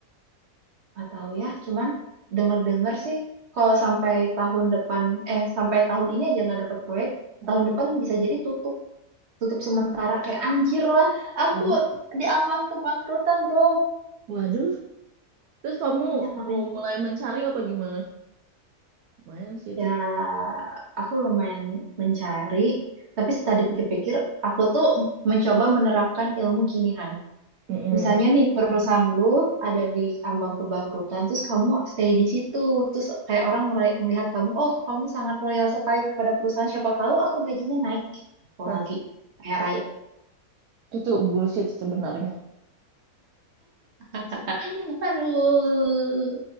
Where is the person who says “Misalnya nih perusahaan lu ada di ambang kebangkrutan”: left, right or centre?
Right